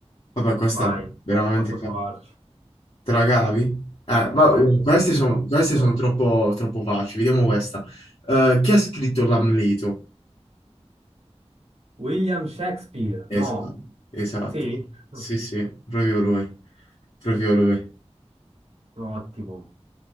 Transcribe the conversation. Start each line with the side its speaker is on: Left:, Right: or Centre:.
Left: Vabbè, questa
Right: vai,
Left: veramente...
Right: posso
Left: fa-
Right: provarci,
Left: Te la cavi? Eh, va-
Right: vai, vai,
Left: queste sono
Right: provo,
Left: queste
Right: provo.
Left: son troppo, troppo facili. Vediamo questa. Eh, chi ha scritto l'Amleto?
Right: William Shakespeare,
Left: Esatto,
Right: no,
Left: esatto.
Right: sì,
Left: Sì,
Right: <laughs>
Left: sì, proprio lui. Proprio lui.
Right: ottimo.